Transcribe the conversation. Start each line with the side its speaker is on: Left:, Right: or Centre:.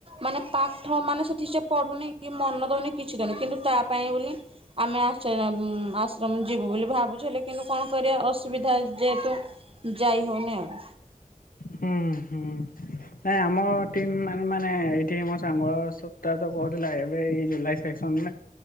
Right: ମାନେ ପାଠ ମାନେ ସେଠି ସେ ପଢ଼ୁନି କି ମନ ଦଉନି କିଛି ଦଉନି କିନ୍ତୁ ତା ପାଇଁ ବୋଲି ଆମେ ଚୟମ ଆଶ୍ରମ ଯିବୁ ବୋଲି ଭାବୁଥିଲେ କିନ୍ତୁ କଣ କରିବା ଅସୁବିଧା ଯେହେତୁ ଯାଇ ହ‌ଉନି ଆଉ।
Left: ହୁଁ ହୁଁ ନାଇଁ ଆମର ଟିମ ମାନେ ମାନେ ଏଇଠି ମୋ ସାଙ୍ଗ <unintelligible> ଏବେ ଏଇ ଜୁଲାଇ ସେସନରେ